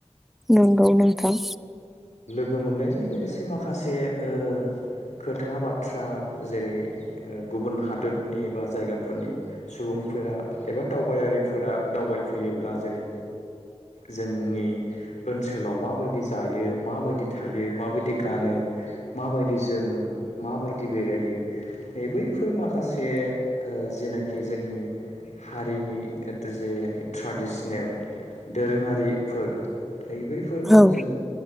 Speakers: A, in the centre; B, on the left (about 80°).
A: नंगौ नोंथां
B: गो मोननायजों लोगोसे माखासे ओ खोथा बाथ्रा जेरै गुबुन हादोरनि बा जायगाफोरनि सुबुं फोरा एबा दावबायारिफोरा दावबाय फैयोब्ला जेरै जोंनि ओनसोलाव माबायदि जायो माबायदि थायो माबायदि गानो माबायदि जोमो माबायदि बेरायो नै बैफोर माखासे ओ जेनाखि जोंनि हारिनि जेनाखि ट्रेडिसनेल दोरोङारिफोर नै बैफोरखौ
A: औ
B: जों